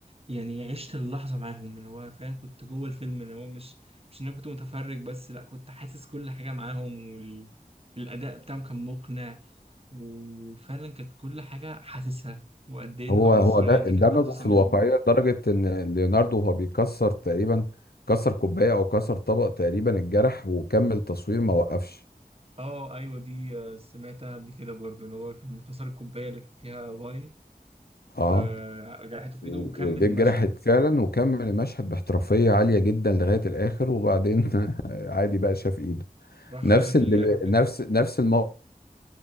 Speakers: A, on the right (about 40°); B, on the left (about 80°).
A: يعني عشت اللحظه معاهم اللي هو فعلا كنت جوه الفيلم اللي هو مش مش ان انا كنت متفرج بس لا كنت حاسس كل حاجه معاهم وال الأداء بتاعهم كان مقنع وفعلا كانت كل حاجة حاسسها وقد ايه العنصرية
B: هو هو ده
A: دي
B: اندمج
A: كانت محسوسة
B: في
A: منهم
B: الواقعية لدرجة ان ليوناردو وهو بيكسر تقريبا كسر كوباية او كسر طبق تقريبا اتجرح وكمل تصوير ما وقفش
A: اه ايوه دي آه، سمعتها قبل كده برضو ان هو كان كسر الكوباية اللي كان فيها واين
B: اه
A: فجرحته في
B: و-
A: ايده وكمل
B: وايديه
A: المشهد
B: اتجرحت فعلا وكمل المشهد باحترافيه عاليه جدا لغايه الاخر وبعدين <laughs> عادي بقى شاف ايده
A: راح
B: نفس
A: خيط
B: اللي
A: الجرح
B: ب...
A: كده
B: نفس نفس الموقف